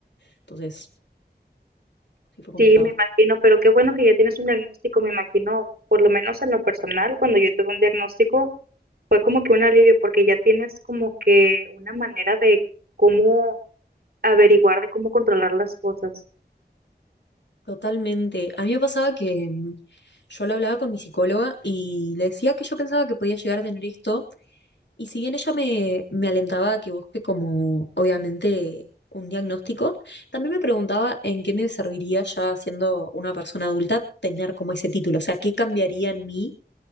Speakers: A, on the left (about 80°); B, on the right (about 60°).
A: Entonces, sí fue complicado.
B: Sí, me imagino, pero qué bueno que ya tienes un diagnóstico, me imagino, por lo menos en lo personal, cuando yo tuve un diagnóstico fue como que un alivio, porque ya tienes como que una manera de cómo averiguar, de cómo controlar las cosas.
A: Totalmente. A mí me pasaba que mm, yo lo hablaba con mi psicóloga y le decía que yo pensaba que podía llegar a tener esto Y si bien ella me, me alentaba a que busque como, obviamente, un diagnóstico, también me preguntaba en qué me serviría ya siendo una persona adulta tener como ese título, o sea, qué cambiaría en mí